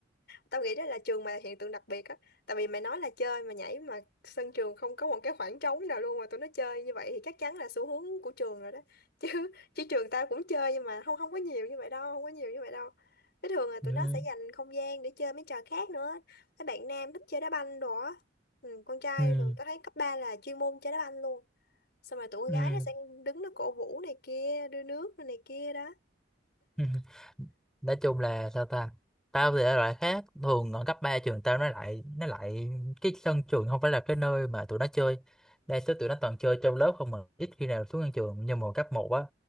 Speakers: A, on the left (about 60°); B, in the centre.
A: tao nghĩ đó là trường mày là hiện tượng đặc biệt á. Tại vì mày nói là chơi mà nhảy mà sân trường không có một cái khoảng trống nào luôn mà tụi nó chơi như vậy thì chắc chắn là xu hướng của trường rồi đó. <laughs> Chứ chứ trường tao cũng chơi nhưng mà không không có nhiều như vậy đâu, không có nhiều như vậy đâu. Cái thường là tụi
B: Ừ.
A: nó sẽ dành không gian để chơi mấy trò khác nữa. Mấy bạn nam thích chơi đá banh đồ á. Ừ, con trai
B: Ừ.
A: thường tao thấy cấp 3 là chuyên môn chơi đá banh luôn. Xong rồi tụi con
B: Ừ.
A: gái
B: ừ.
A: nó sẽ đứng nó cổ vũ này kia, đưa nước này kia đó.
B: <laughs> Ừ. nói chung là sao ta tao thì ở loại khác thường ở cấp 3 trường tao nó lại nó lại cái sân trường không phải là cái nơi mà tụi nó chơi đa số tụi nó toàn chơi trong lớp không mà ít khi nào xuống sân trường nhưng mà hồi cấp một á